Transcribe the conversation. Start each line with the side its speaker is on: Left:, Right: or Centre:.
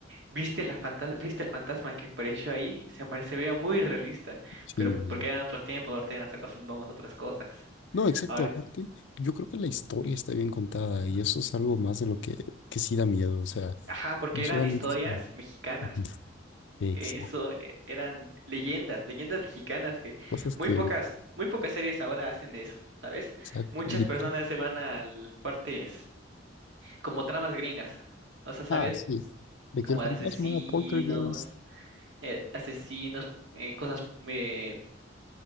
Right: ¿Viste la fantas- ¿Viste el fantasma que apareció ahí? Se aparece, vea muy realista,
Left: Sí,
Right: pero pues porque
Left: sí.
Right: eran otros tiempos, ahorita ya nos acostumbramos a otras cosas.
Left: no, exacto.
Right: Ahora,
Left: Aparte, yo creo que la historia está bien contada y eso es algo más de lo que, que sí da miedo. O sea,
Right: ajá, porque
Left: no
Right: eran
Left: solamente
Right: historias
Left: es como
Right: mexicanas.
Left: <laughs> exacto,
Right: eh, Eso eh, eran leyendas, leyendas mexicanas que
Left: cosas
Right: muy
Left: que,
Right: pocas, muy pocas series ahora hacen de eso, ¿sabes?
Left: exacto.
Right: Muchas
Left: de
Right: personas
Left: que-
Right: se van a partes como tramas gringas, o sea, ¿sabes?
Left: Ah, sí, de
Right: Como
Left: que el fantasma
Right: de asesinos,
Left: era poltergeist.
Right: eh, asesinos, eh, cosas, eh,